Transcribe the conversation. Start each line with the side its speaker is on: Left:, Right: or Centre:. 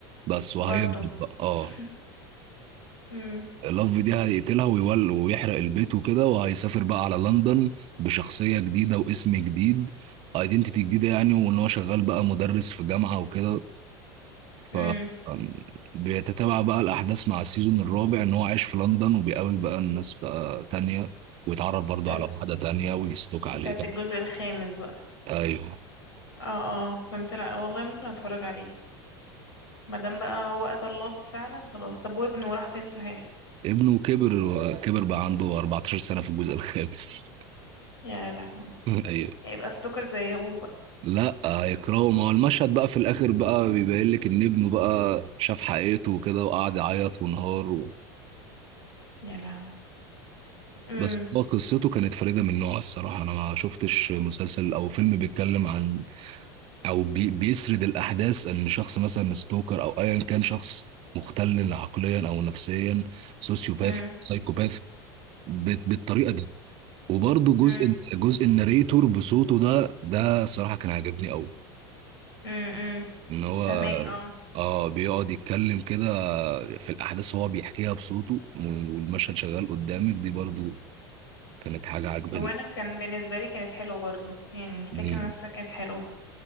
Right: بس وهيهبط
Left: برضو
Right: بقى اه
Left: <laughs> امم
Right: لاف دي هيقتلها ويول ويحرق البيت وكده وهيسافر بقى على لندن بشخصيه جديده واسم جديد ايدنتيتي جديده يعني وان هو شغال بقى مدرس في جامعه وكده
Left: امم
Right: ف أم، بيتتابع بقى الأحداث مع السيزون الرابع إن هو عايش في لندن وبيقابل بقى الناس بقى تانية ويتعرف برضه
Left: طب
Right: على
Left: <laughs>
Right: واحدة تانية ويستوك عليها
Left: بتاعت الجزء الخامس بقى
Right: أيوه
Left: اه اه فهمت لا والله ممكن اتفرج عليه مادام بقى هو قتل الله فعلا خلاص طب وابنه راح فين صحيح
Right: ابنه كبر كبر بقى عنده 14 سنة في الجزء الخامس
Left: يا لهوي
Right: <laughs> أيوه
Left: هيبقى ستوكر زي ابوه بقى
Right: لا هيكرهه ما هو المشهد بقى في الآخر بقى بيبين لك إن ابنه بقى شاف حقيقته وكده وقعد يعيط وانهار و...
Left: يا لهوي امم
Right: بس هو قصته كانت فريدة من نوعها الصراحة أنا ما شفتش مسلسل أو فيلم بيتكلم عن او بي بيسرد الاحداث ان شخص مثلا ستوكر او ايا كان شخص مختل عقليا او نفسيا سوسيوباث
Left: امم
Right: سايكوباث بت- بالطريقه دي وبرضه جزء
Left: امم
Right: جزء الناريتور بصوته ده ده الصراحه كان عاجبني قوي
Left: امم
Right: ان هو
Left: فهماك اه
Right: اه بيقعد يتكلم كده في الاحداث هو بيحكيها بصوته وال- والمشهد شغال قدامك دي برضه كانت حاجه عجباني
Left: هو انا كان بالنسبه لي كانت حلوه برضو يعني الفكره
Right: مم.
Left: نفسها كانت حلوه